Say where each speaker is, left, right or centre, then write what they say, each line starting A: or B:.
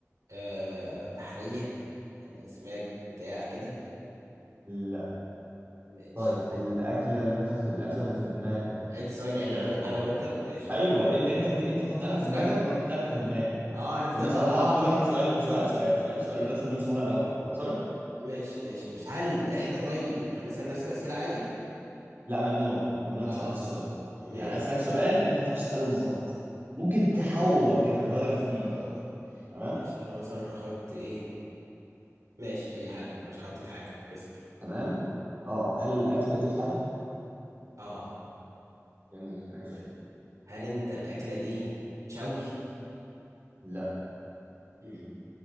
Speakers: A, on the right; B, on the right.
A: آه بحريه يعني اسماك بتاع كده
B: لا
A: ماشي
B: طيب الاكله اللي انت في الاكله اللي في دماغك
A: عد ثواني يعني
B: آه
A: انا انا وانت ماشي
B: ايوه انت انت بت... انت بتحط اكله
A: افتكر
B: في دماغك وانا بحط اكله في دماغي
A: اه نفضل
B: ونسال
A: اه
B: بعض كل واحد سؤال سؤال سؤال سؤال سؤال
A: ايوه
B: لغايه لما يوصلها الاول وصلت
A: ماشي ماشي ماشي هل احنا طيب هنسأل نفس الأسئلة عادي؟
B: لا ممنوع ممنوع
A: اه
B: تسأل نفس السؤال
A: ماشي
B: يعني انا اسالك
A: طب
B: سؤال انت ما ينفعش تساله بالظبط ممكن
A: طب، اه
B: تحور كده تغير فيه
A: اه آه.
B: تمام
A: ماشي انا مثلا هحط ايه ماشي اي حاجة مش حطيت حاجة اسأل
B: تمام اه هل الاكله دي حادق
A: اه
B: جميل ماشي
A: تمام هل انت الأكلة دي شوي؟
B: لا
A: مم.